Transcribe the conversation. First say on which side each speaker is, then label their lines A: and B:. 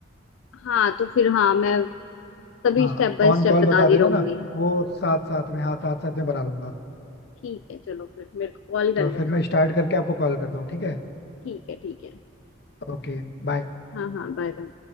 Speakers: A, on the left (about 70°); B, on the left (about 55°).
A: हाँ तो फिर हाँ मैं तभी
B: हाँ
A: स्टेप बाय
B: ऑन
A: स्टेप
B: कॉल
A: बताती
B: बता देना
A: रहूंगी
B: ना वो साथ
A: हाँ,
B: साथ में हाँ साथ साथ में बना लूंगा
A: ठीक है चलो फिर मेरे को कॉल कर
B: तो
A: लेना
B: फिर मैं स्टार्ट करके आपको कॉल करता हूँ ठीक है
A: ठीक है ठीक है
B: ओके बाय
A: हाँ हाँ बाय बाय